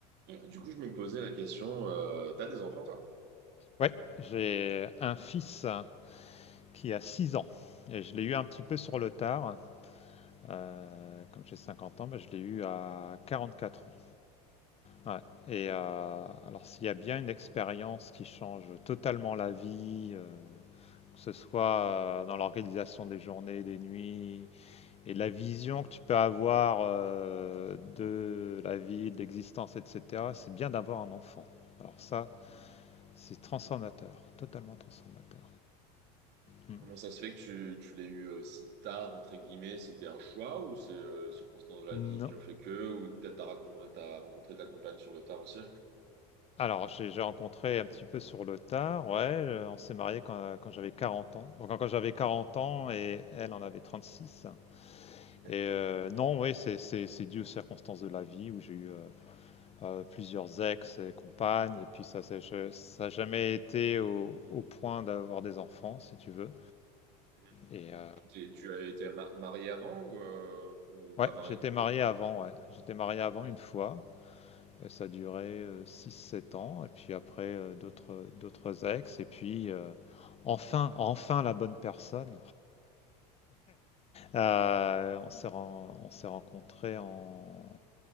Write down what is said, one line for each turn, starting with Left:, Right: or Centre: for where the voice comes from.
Right: Mm. Du coup, je me posais la question, euh, t'as des enfants, toi?
Left: Ouais, j'ai un fils qui a six ans et je l'ai eu un petit peu sur le tard. Euh, comme j'ai 50 ans, bah, je l'ai eu à 44 ans. Ouais.
Right: Ok.
Left: Et euh, alors s'il y a bien une expérience qui change totalement la vie, euh, que ce soit euh, dans l'organisation des journées, des nuits, et la vision que tu peux avoir euh, de la vie, de l'existence, etc., c'est bien d'avoir un enfant. Alors ça, c'est transformateur, totalement transformateur. Hmm.
Right: Comment ça se fait que tu, tu l'aies eu euh, si tard, entre guillemets, c'était un choix ou c'est euh, les circonstances de la
Left: Non,
Right: vie qui ont fait que, ou peut-être t'as racon- t'as rencontré ta compagne sur le tard aussi?
Left: Alors, j'ai j'ai rencontré un petit peu sur le tard, ouais, heu, on s'est marié quand euh, quand j'avais 40 ans. Enfin, quand j'avais 40 ans et elle en avait 36.
Right: Ok.
Left: et heu, non, oui, c'est c'est c'est dû aux circonstances de la vie où j'ai eu, heu heu, plusieurs ex et compagnes et puis ça s'est je ça n'a jamais été au au point d'avoir des enfants, si tu veux
Right: Mhm.
Left: et heu,
Right: Tu t'es- tu as été ma- marié avant ou, euh, ou
Left: ouais,
Right: pas marié
Left: j'étais
Right: non plus?
Left: marié avant, ouais, j'étais marié avant
Right: Ok.
Left: une fois Et ça a duré euh, 6-7 ans, et puis après euh, d'autres, euh, d'autres ex, et puis euh, enfin, enfin la bonne personne. Euh, on s'est, ren- on s'est rencontrés en